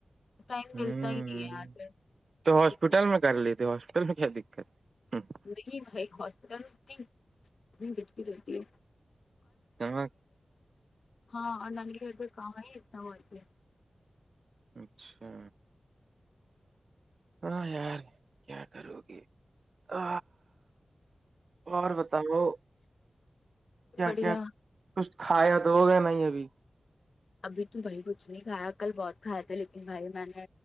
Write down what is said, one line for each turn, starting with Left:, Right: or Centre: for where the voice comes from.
Left: ٹائم
Right: ہوں
Left: ملتا ہی نہیں ہے یار پھر
Right: تو
Left: <unintelligible>
Right: <unintelligible> <unintelligible> دقت
Left: نہیں بھائی ہاسپٹل <unintelligible> چلتی ہے
Right: ہاں
Left: ہاں اور نانی گھر پے کہاں ہے اتنا ہوتی ہے
Right: اچھا ہاں یار کیا کرو گے آ اور بتاؤ کیا
Left: بڑھیا
Right: کیا کچھ کھایا تو ہو گیا نہیں ابھی
Left: ابھی تو بھائی کچھ نہیں کھایا کل بہت کھایا تھا لیکن بھائی میں نے